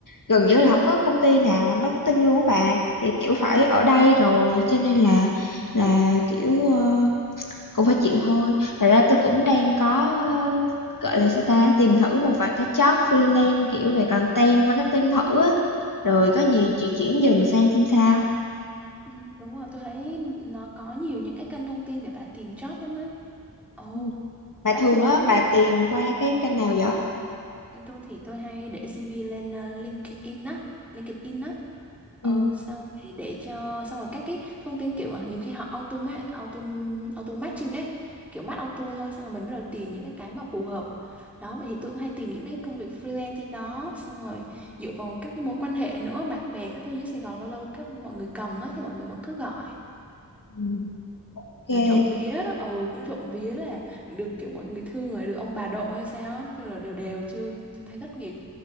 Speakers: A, on the left; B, in the centre.
A: gần như là không có công ty nào làm marketing luôn á bà thì kiểu phải
B: ừ,
A: ở
B: đúng rồi
A: đây
B: đó
A: rồi cho nên là là kiểu ờ, cũng phải chịu thôi thật
B: ừ,
A: ra tôi cũng đang có ờ, gọi là sao ta tìm thử một vài cái job freelance kiểu về content marketing thử á rồi có gì chuyển chuyển dần sang xem sao
B: Ừ, đúng rồi tôi thấy nó có nhiều những cái kênh thông tin để bà tìm job lắm á ồ
A: Ừ.
B: quá
A: bà thường
B: trời
A: á
B: luôn
A: bà tìm qua cái kênh nào vậy
B: tôi thì tôi hay để CV lên à, LinkedIn á LinkedIn á
A: Ừ.
B: ừ xong rồi để cho xong rồi các cái thông tin kiểu à, nhiều khi họ automat auto auto matching ấy kiểu match auto thôi xong rồi mình bắt đầu tìm những cái cái mà phù hợp đó vậy thì tôi cũng hay tìm những cái công việc freelance trên đó xong rồi dựa vào các cái mối quan hệ nữa bạn bè các thứ dưới Sài Gòn lâu lâu các mọi người cần á thì mọi người vẫn cứ gọi
A: Ừ. ok
B: mà trộm vía ừ cũng trộm vía là được kiểu mọi người thương rồi được ông bà độ hay sao á, nói chung là đều đều chưa chưa thấy thất nghiệp